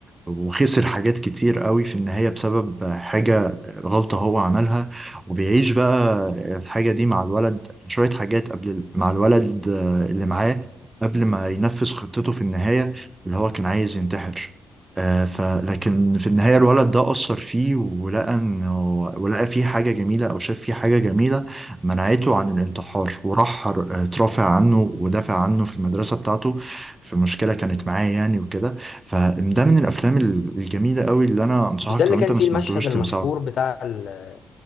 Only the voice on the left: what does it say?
مش ده اللي
كان
فيه
المشهد المشهور
بتاع ال-